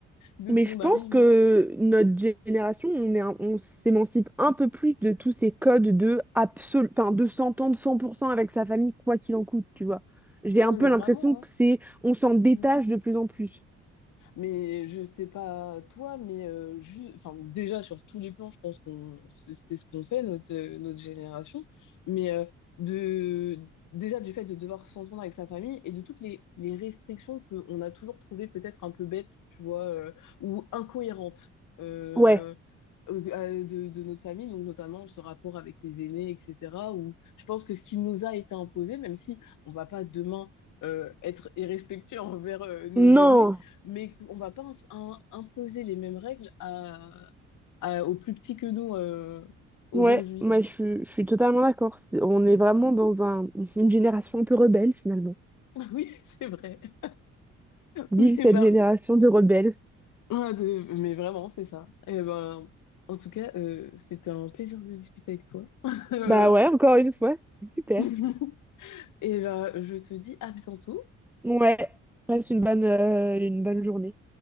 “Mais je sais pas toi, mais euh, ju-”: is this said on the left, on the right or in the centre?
Left